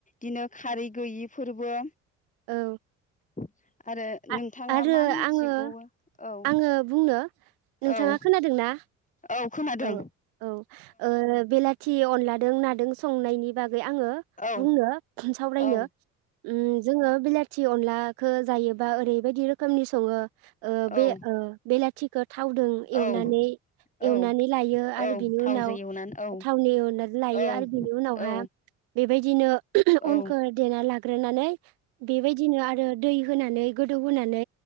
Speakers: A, on the left; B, on the right.
A: दिनो खारै गैयि फोरबो
B: औ।
A: <inaudible> आरो
B: आ-
A: नोंथाङा
B: आरो
A: मा मिथिबावो?
B: आङो
A: औ
B: आङो बुंनो
A: औ
B: नोंथाङा खोनादों ना?
A: औ खोनादों
B: ओ औ ओ बेलाथि अनलादों ना दों संनायनि बाग गै आङो
A: औ
B: बुंनो सावरायनो
A: औ
B: उम जोङो बेला थि अनला खो जायोबा ओरैबायदि रो खो खोमनि सोङो ओ
A: औ
B: बे ओ बेलाथि थावदों
A: औ
B: एवनानै एवनानै
A: औ
B: लायो आरो
A: औ
B: बिनि
A: थावजों
B: उनाव
A: एवनानै औ
B: थावनि ओनरलायो
A: औ
B: आरो बिनि उनावहा
A: औ
B: बेबायदिनो उम उम
A: औ
B: अनखौ देना लागो ग्रोननानै बेबायदिनो आरो दै होनानै गोदौ होनानै